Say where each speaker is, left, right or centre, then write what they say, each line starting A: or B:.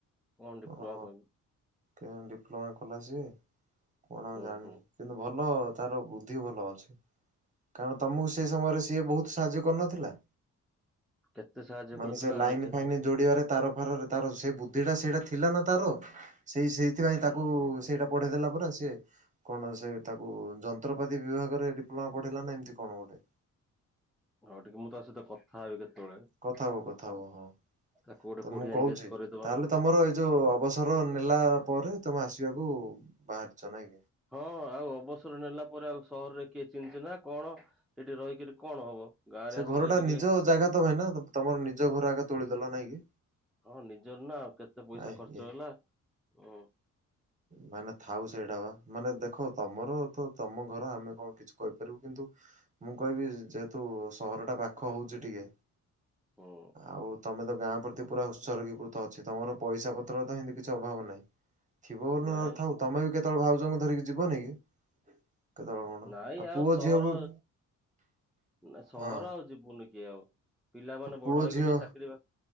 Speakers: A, in the centre; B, on the right.
A: କଣ ଡିପ୍ଲୋମା
B: ହଁ
A: ପାଇଁ
B: କେ ଡିପ୍ଲୋମା କଲା ସିଏ କଣ
A: ହୁଁ
B: ଆଉ ଜାଣିନି।
A: ହୁଁ
B: କିନ୍ତୁ ଭଲ ତାର ବୁଦ୍ଧି ଭଲ ଅଛି। କାରଣ ତମକୁ ସେ ସମୟରେ ସିଏ ବହୁତ ସାହାଯ୍ୟ କରିନଥିଲା।
A: କେତେ ସାହାଯ୍ୟ
B: ମାନେ
A: କରୁଥିଲା
B: ଲାଇନ
A: ଆଉ ସେ।
B: ଫାଇନ ଯୋଡିବାରେ ତାର ଫାରରେ ତାର ସେ ବୁଦ୍ଧିଟା ସେଇଟା ଥିଲା ନା ତାର ସେଇ ସେଇଥିପାଇଁ
A: ହୁଁ
B: ତାକୁ ସେଇଟା ପଢେଇ ଦେଲା ପରେ ସିଏ କଣ ସେ ତାକୁ ଯନ୍ତ୍ରପାତି ବିଭାଗରେ ଡିପ୍ଲୋମା ପଠେଇଲା ନା ଏମତି କଣ ଗୋଟେ।
A: ହଁ ଟିକେ ମୁଁ ତା ସହିତ କଥା ହେବି କେତେବେଳେ
B: କଥା ହୁଅ କଥା
A: ଆଉ
B: ହୁଅ ହଁ
A: ତାକୁ ଗୋଟେ
B: ତ
A: କୋଉଠି
B: ମୁଁ କହୁଛି।
A: ଏନଗେଜ କରିଦବା।
B: ତାହେଲେ ତମର ଏଇ ଯୋଉ ଅବସର ନେଲା ପରେ ତମେ ଆସିବାକୁ ବାହାରିଛ ନାଇ।
A: ହଁ ଆଉ ଅବସର ନେଲା ପରେ ଆଉ ସହରରେ କିଏ ଚିଛି ନା କଣ ସେଠି ରହିକିରି କଣ ହବ ଗାଁରେ
B: ସେ
A: ଆସିଲେ
B: ଘର ଟା
A: ଟିକେ
B: ନିଜ ଜାଗା ତ ଭାଇନା ତମର ନିଜ ଘର ଆଗ ତୋଳିଦେଲ ନାଇଁ କି?
A: ହଁ ନିଜର ନା ଆ କେତେ ପଇସା
B: ଆଏ
A: ଖର୍ଚ୍ଚ
B: ଇଏ
A: ହେଲା ଅ।
B: ଭାଇନା ଥାଉ ସେଇଟା ବା। ମାନେ ଦେଖ ତମର ତ ତମ ଘର ଆମେ କଣ କିଛି କହିପାରିବୁ କିନ୍ତୁ ମୁଁ କହିବି ଯେହେତୁ ସହରଟା ପାଖ ହେଉଛି ଟିକେ
A: ହୁଁ
B: ଆଉ ତମେ ତ ଗାଁ ପ ପୁରା ଉତ୍ସର୍ଗୀକୃତ ଅଛି ତମର ପଇସା ପତ୍ରର ତ ଏମିତି କିଛି ଅଭାବ ନାହିଁ। ଥିବ ବୋଲି
A: ନାଇଁ
B: ନଥାଉ ତମେ ବି କେତେବେଳେ ଭାଉଜଙ୍କୁ ଧରିକି ଯିବନି କି? କେତେବେଳେ ମନ
A: ନାଇଁ
B: ଆଉ ପୁଅ
A: ସହର
B: ଝିଅ ବି
A: ନା ସହର
B: ହଁ
A: ଆଉ ଯିବୁନି କି ଆଉ। ପିଲାମାନେ
B: ଆଉ
A: ବଡ
B: ପୁଅ
A: ହେଇଗଲେ
B: ଝିଅ
A: ଚାକିରି ବାକି